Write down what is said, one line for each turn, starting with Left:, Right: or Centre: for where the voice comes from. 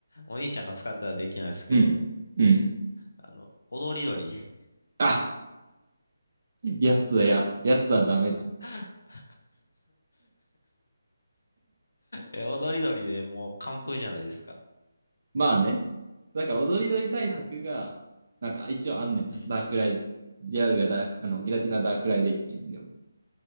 Left: お兄ちゃんが使ってはできないですけど、
Right: うん。うん。
Left: あの、踊り鳥。
Right: あ <laughs> やつはや、やつはダメだ。
Left: <laughs> え、踊り鳥でもう完封じゃないですか。
Right: まあね。だから踊り鳥対策が、
Left: うん。
Right: なんか一応あんねんな。
Left: うん。
Right: ダークライで、ギラルがダーク、あの、ギラティナダークライデッキでも。